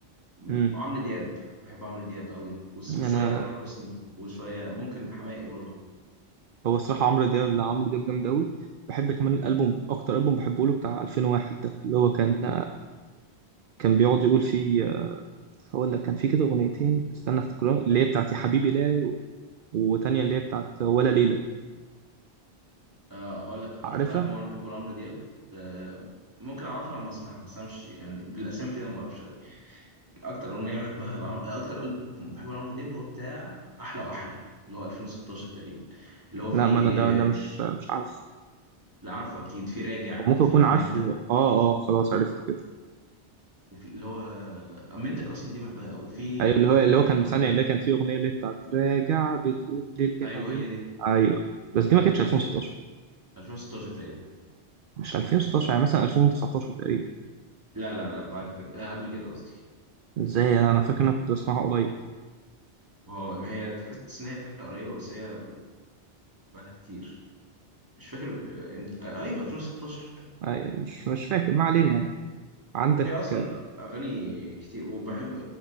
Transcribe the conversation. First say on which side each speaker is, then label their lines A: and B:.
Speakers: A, on the right; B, on the right.
A: م-
B: امم
A: عمرو دياب بحب عمرو دياب قوي وس-
B: انا
A: وشوية تامر حسني وشوية ممكن حماقي برضو
B: هو الصراحه عمرو دياب لا عمرو دياب جامد قوي بحب كمان الالبوم اكتر البوم بحبه له بتاع 2001 ده اللي هو كان كان بيقعد يقول فيه هقول لك كان فيه كده اغنيتين استنى افتكرها اللي هي بتاعت يا حبيبي لا و- وتانية اللي هي بتاعت ولا ليلة
A: اه هقول لك أكتر
B: عارفها
A: ألبوم أنا بحبه لعمرو دياب آه ممكن أعرفه لما أسمعها بس أنا مش يعني بالأسامي كده ما بعرفش قوي أكتر أغنية بحبها لعم... أكتر ألبوم بحبه لعمرو دياب اللي هو بتاع أحلى وأحلى اللي هو 2016 تقريبا اللي هو فيه
B: لا ما انا ده ده مش مش عارفه
A: اللي عارفه أكيد في راجع
B: أو ممكن
A: وفي
B: اكون
A: أمنت
B: عارفه اه اه خلاص عرفته كده
A: وفي اللي هو امنتك اصلا دي بحبها وفي
B: ايوه اللي
A: وفي
B: هو اللي
A: اللي هي
B: هو كان
A: انا وانت
B: ثانية اللي كانت فيه اغنية اللي بتاعت راجع بتقول للي
A: ايوه
B: ما بين
A: هي دي
B: ايوه بس دي ما كانتش
A: وفي
B: 2016
A: 2016 تقريبا
B: مش 2016 يعني مثلا 2019 تقريبا
A: لا لا لا لا، بعد كده آه، قبل كده قصدي
B: ازاي انا فاكر ان انا كنت بسمعها قريب
A: ما هو ما هي تحس ان هي قريبه بس هي بقالها كتير مش فاكر آه، امتى آه، ايوه 2016
B: أيوة مش مش فاكر ما علينا يعني عندك
A: في اصلا اغاني كتير وبحب